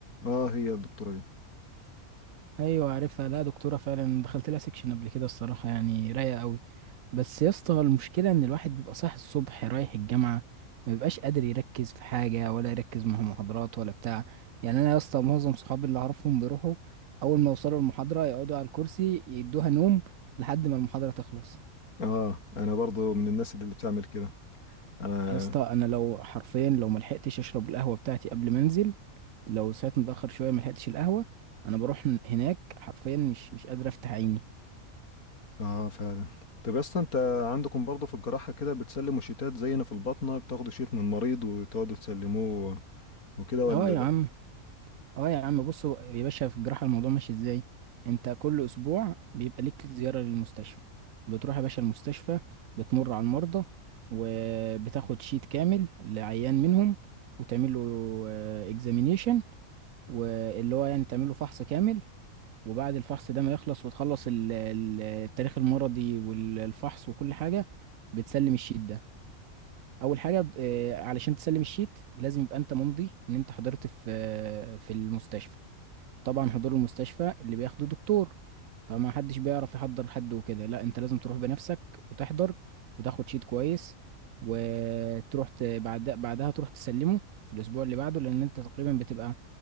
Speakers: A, on the left; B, on the right.
A: اه هي الدكتوره دي
B: ايوه عارفها لا دكتوره فعلا دخلت لها سكشن قبل كده الصراحه يعني رايقه قوي بس يا اسطى المشكله ان الواحد بيبقى صاحي الصبح رايح الجامعه ما بيبقاش قادر يركز في حاجه ولا يركز مع محاضرات ولا بتاع يعني انا يا اسطى معظم صحابي اللي اعرفهم بيروحوا اول ما يوصلوا المحاضره يقعدوا على الكرسي يدوها نوم لحد ما المحاضره تخلص
A: اه انا برضو من الناس اللي بتعمل كده انا
B: يا اسطى انا لو حرفيا لو ملحقتش اشرب القهوه بتاعتي قبل ما انزل لو صحيت متاخر شويه ملحقتش القهوه انا بروح هناك حرفيا مش مش قادر افتح عيني
A: اه فعلا طب يا اسطى انت عندكم برضو في الجراحة كده بتسلموا شيتات زينا في الباطنة بتاخدوا شيت من المريض وتقعدوا تسلموه وكده ولا
B: اه يا
A: لا
B: عم اه يا عم بص هو- يا باشا في الجراحة الموضوع ماشي ازاي انت كل اسبوع بيبقى ليك زيارة للمستشفى بتروح يا باشا المستشفى بتمر على المرضى وبتاخد شيت كامل لعيان منهم وتعمل له اكزامينيشن واللي هو يعني تعمل له فحص كامل وبعد الفحص ده ما يخلص وتخلص ال- ال- التاريخ المرضي والفحص وكل حاجة بتسلم الشيت ده اول حاجة آه، علشان تسلم الشيت لازم يبقى انت ممضي ان انت حضرت في آه، في المستشفى طبعا حضور المستشفى اللي بياخده دكتور فما حدش بيعرف يحضر حد وكده لا انت لازم تروح بنفسك وتحضر وتاخد شيت كويس وتروح ت- بعد بعدها تروح تسلمه في الاسبوع اللي بعده لان انت تقريبا بتبقى